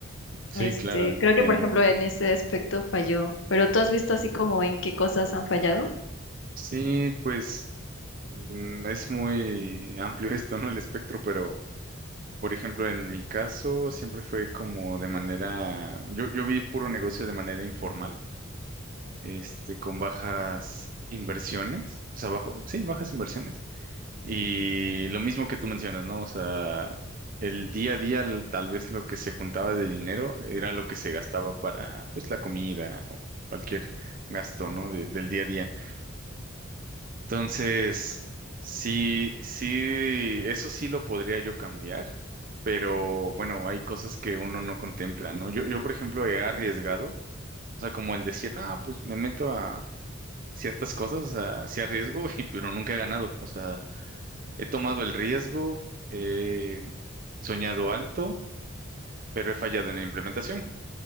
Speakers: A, on the right; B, on the left.
A: sí,
B: Este,
A: claro, entiendo.
B: creo que por ejemplo en ese aspecto falló, pero ¿tú has visto así como en qué cosas han fallado?
A: Sí, pues mm, es muy amplio esto, ¿no? El espectro, pero, por ejemplo, en mi caso siempre fue como de manera, yo, yo vi puro negocio de manera informal, este, con bajas inversiones, o sea, bajo, sí, bajas inversiones. Y lo mismo que tú mencionas, ¿no? O sea, el día a día l- tal vez lo que se juntaba de dinero era lo que se gastaba para, pues, la comida o cualquier gasto, ¿no? de- del día a día. Entonces, sí, sí, eso sí lo podría yo cambiar, pero bueno, hay cosas que uno no contempla, ¿no? Yo, yo, por ejemplo, he arriesgado, o sea, como el decir, ah, pues me meto a ciertas cosas, o sea, sí arriesgo, <laughs> y, pero nunca he ganado, o sea. He tomado el riesgo, he soñado alto, pero he fallado en la implementación.